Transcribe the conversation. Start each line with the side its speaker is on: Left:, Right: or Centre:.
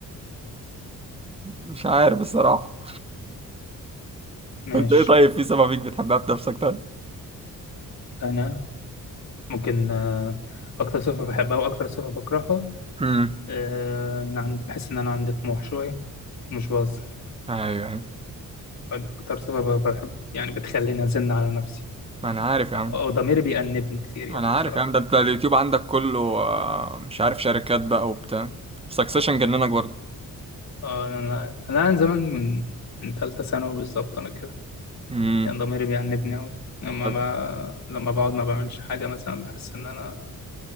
Right: مش عارف بصراحة
Left: ماشي
Right: انت ايه طيب في سبب فيك بتحبها في نفسك طيب
Left: أنا ممكن آه، أكتر صفة بحبها وأكتر صفة بكرهها
Right: امم
Left: آه، أنا عندي بحس إن أنا عندي طموح شوية مش بهزر
Right: ايوه ايوه
Left: دي أكتر صفة ب- بحب يعني بتخليني أزن على نفسي
Right: ما انا عارف يا
Left: أو
Right: عم
Left: أو ضميري بيأنبني كتير يعني
Right: انا
Left: بصراحة
Right: عارف يا عم ده انت اليوتيوب عندك كله آه، مش عارف شركات بقى وبتاع سكسيشن جننك برضه
Left: آه، أنا أنا أنا من زمان من من تالتة ثانوي بالظبط أنا كده
Right: امم
Left: يعني ضميري بيأنبني أوي لما
Right: طب
Left: ب... لما بقعد ما بعملش حاجة مثلا بحس إن أنا